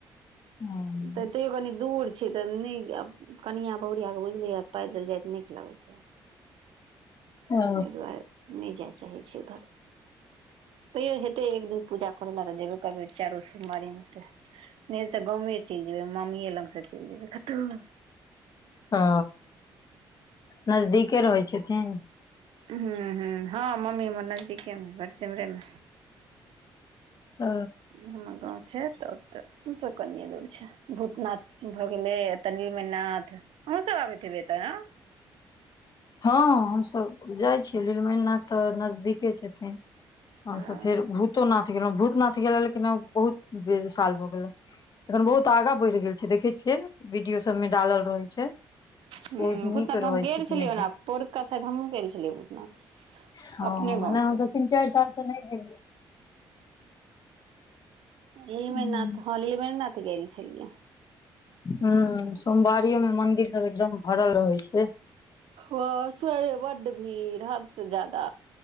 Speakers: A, on the left; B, on the right.
A: हँ
B: तऽ तैओ कनि दूर छय तऽ नई जैब कनिआ बहुरिया क बुझलियै पैदल जाइत नीक लगै छै।
A: ओ
B: एहि दुआरे नहि जाय चाहै छै, उधर तैयो हेतै एक दिन पूजा करै लए तऽ जेबै कभी चारो सोमारीमे से नय हैते तऽ गावे चइल जेयबै मम्मीऐ लग से चइल जेयबै कतहु
A: ओ नजदीके रहै छथिन।
B: हुं -हुं हँ मम्मी हमर नजदीके मे ह बरसिमरे मे
A: अ
B: हमर गाँव छै, तऽ, ओऽ सब कनिये दूर छ भूतनाथ भऽ गेलै, तनीर मे नाथ अहूँ सब आबैत हेबै ए तऽ न।
A: हँ हमसब जाइ छियै, नीलमइ नाथ तऽ नजदीके छथिन। तहन
B: हँ
A: सँ फेर भूतो नाथ भूतनाथ गेले लेकिन बहुत बे साल भ गेले एखन बहुत आगा बढ़ि गेल छै, देखे छी, वीडियो सब में डालल रहै छै।
B: ह
A: बहुत नीक
B: भूतनाथ
A: रहै
B: त हम गेल
A: छथिन
B: छलियै,
A: एकदम
B: पोरुका साायद हमहूँ गेल छलियै, भूतनाथ
A: ह
B: अपने गाँव
A: नैय हमसब
B: से
A: तीन चाइर साल सँ नई गेल
B: लीलमनाथ
A: गेलियै
B: हँ लीलमनाथ गेल छलियै।
A: ह सोमवारियोमे मंदिर सब एकदम भरल रहै छै।
B: ओ स्वरे ब्ड भीड़ हद से ज्यादा